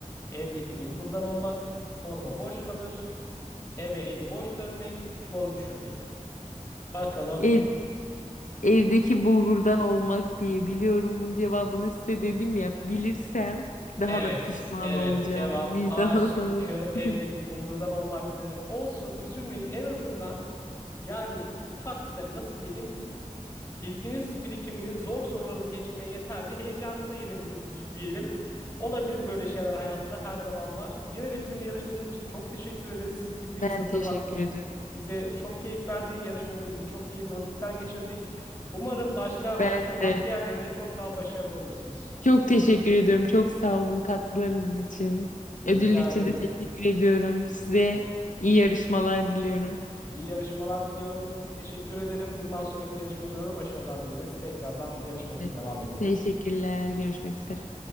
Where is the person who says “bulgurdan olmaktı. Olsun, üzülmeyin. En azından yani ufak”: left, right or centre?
Left